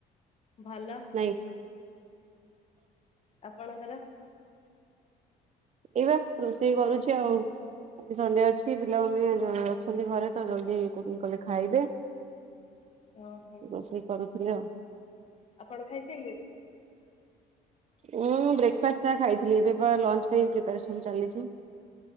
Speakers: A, on the left; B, on the right.
A: ଭଲ।
B: ନାଇଁ।
A: ଆପଣଙ୍କର?
B: ଏଇ ବା ରୋଷେଇ କରୁଚି ଆଉ। ଆଜି ସଣ୍ଡେ ଅଛି ପିଲାମାନେ ଅଛନ୍ତି ଘରେ ତ ଜଲଦି କୁକିଂ କଲେ ଖାଇବେ।
A: ଓହୋ
B: ରୋଷେଇ କରୁଥିଲି ଆଉ।
A: ଆପଣ ଖାଇସାଇଲେଣି?
B: ମୁଁ ବ୍ରେକ୍ଫାଷ୍ଟ ଖାଇଥିଲି। ଏବେ ପା ଲଞ୍ଚ ପାଇଁ ପ୍ରିପାରେସନ୍ ଚାଲିଚି।